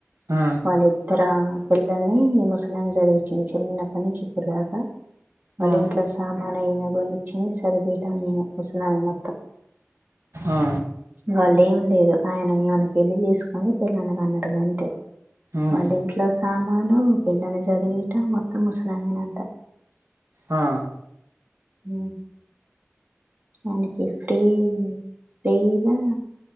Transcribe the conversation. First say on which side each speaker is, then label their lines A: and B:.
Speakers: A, on the right; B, on the right.
A: ఆ
B: వాళ్ళ ఇద్దర పిల్లల ని ముసలమే చదివి ఇచ్చింది చిన్నఅప్పటినుంచి ఇప్పుడు దాకా వాళ్ళ
A: ఆ
B: ఇంట్లో సా తాన ఈమె బోనిచ్చింది చదివిపియటం నేను ముసలామే మొత్తం
A: ఆ
B: వాళ్ళు ఏం లేదు ఆయన ఈమెను పెళ్లి చేసుకొని పిల్లను కన్నాడు గంతే
A: ఉమ్
B: వాళ్ళింట్లో సామాను పిల్లని చదివియటం మొత్తం ముసలామే నంట
A: ఆ
B: ఉ మనకి ఫ్రీ ఫ్రీగా